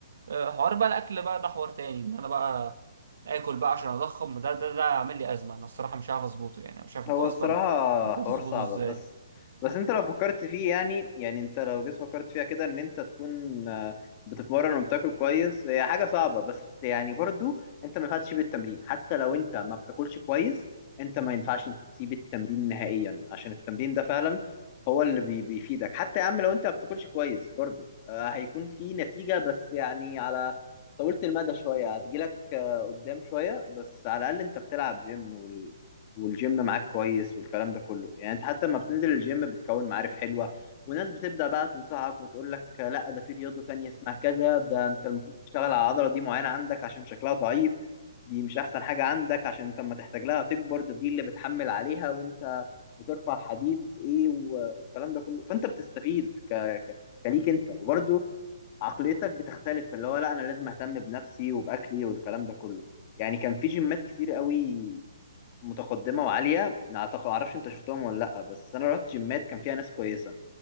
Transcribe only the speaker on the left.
هو
الصراحة
حوار صعب
بس بس انت لو فكرت فيه يعني يعني انت لو جيت فكرت فيها كده ان انت تكون آه، بتتمرن وبتاكل كويس هي حاجة صعبة بس يعني برضو انت ما ينفعش تسيب التمرين حتى لو انت ما بتاكلش كويس انت ما ينفعش تسيب التمرين نهائيا عشان التمرين ده فعلا هو اللي بي بيفيدك حتى يا عم لو انت ما بتاكلش كويس برضو آه، هيكون في نتيجة بس يعني على طولت المدى شوية هتجيلك آه، قدام شوية بس على الأقل أنت بتلعب جيم والجيم معاك كويس والكلام ده كله يعني انت حتى لما بتنزل الجيم بتكون معارف حلوة وناس بتبدأ بقى تنصحك وتقول لك لا ده في رياضة تانية اسمها كذا ده انت المفروض تشتغل على العضلة دي معينة عندك عشان شكلها ضعيف دي مش احسن حاجة عندك عشان انت اما تحتاج لها تكبر ده دي اللي بتحمل عليها وانت بترفع حديد ايه والكلام ده كله فانت بتستفيد ك... ك... كليك انت وبرده عقليتك بتختلف اللي هو لا انا لازم اهتم بنفسي وباكلي والكلام ده كله يعني كان في جيمات كتير قوي متقدمه وعاليه اعتقد معرفش انت شفتهم ولا لا بس انا رحت جيمات كان فيها ناس كويسه